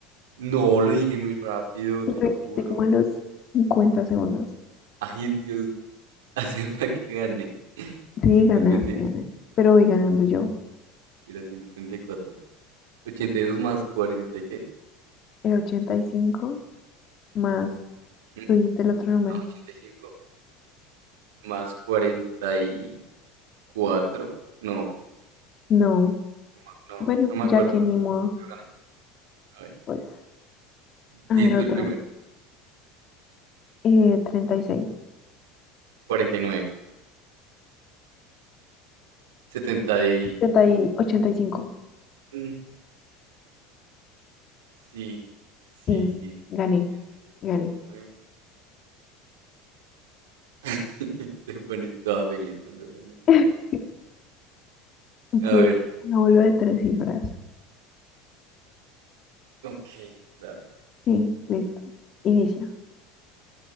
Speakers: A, on the right; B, on the left.
A: No, lo dije muy rápido,
B: Lo
A: te
B: dijiste
A: lo juro.
B: como a los cincuenta segundos.
A: Ay, Dios, <laughs> acepta que gane.
B: Sí,
A: 134.
B: ganaste, ganaste. Pero voy ganando yo.
A: Era 134. 82 más 40, ¿y ¿qué?
B: Era 85 más.
A: Mm,
B: Tú dijiste el otro número.
A: No, 85 más cuarenta y cuatro No,
B: No.
A: no, me ac- no,
B: Bueno,
A: no me
B: ya
A: acuerdo,
B: que
A: pero
B: ni modo.
A: pero gané. A ver,
B: Pues, a
A: di
B: ver,
A: tú
B: otro.
A: el primero.
B: Eh, treinta y seis
A: 49. 70 y...
B: treinta y ochenta y cinco
A: Mm, Sí, sí,
B: Sí,
A: sí. sí.
B: gané.
A: 76,
B: Gané.
A: 79. <laughs> Te pones toda feliz cuando ganas.
B: <laughs> Ok.
A: A ver.
B: Lo vuelvo de tres cifras.
A: Ok, dale.
B: Sí, listo. Inicia.